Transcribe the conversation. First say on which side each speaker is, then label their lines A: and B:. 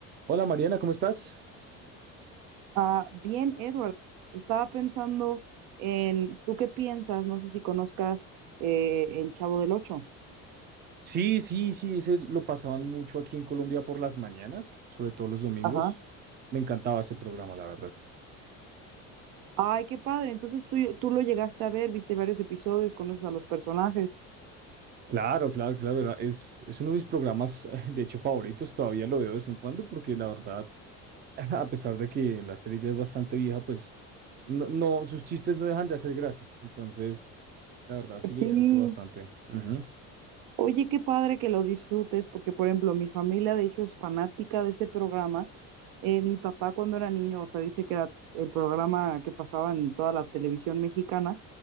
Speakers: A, on the right; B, on the right.
A: Hola Mariana, ¿cómo estás?
B: Ah, bien, Edward, estaba pensando en, ¿tú qué piensas? No sé si conozcas eh, El Chavo del Ocho.
A: Sí, sí, sí, ese lo pasaban mucho aquí en Colombia por las mañanas, sobre todo los domingos.
B: Ajá.
A: Me encantaba ese programa, la verdad.
B: Ay, qué padre. Entonces tú, tú lo llegaste a ver, viste varios episodios, conoces a los personajes.
A: Claro, claro, claro, era- es, es uno de mis programas, <laughs> de hecho, favoritos, todavía lo veo de vez en cuando, porque la verdad, <laughs> a pesar de que la serie ya es bastante vieja, pues no, no, sus chistes no dejan de hacer gracia. Entonces, la verdad, sí
B: Sí,
A: lo disfruto bastante. Ujú.
B: Oye, qué padre que lo disfrutes, porque por ejemplo, mi familia de hecho es fanática de ese programa. Eh, mi papá cuando era niño, o sea, dice que era el programa que pasaba en toda la televisión mexicana.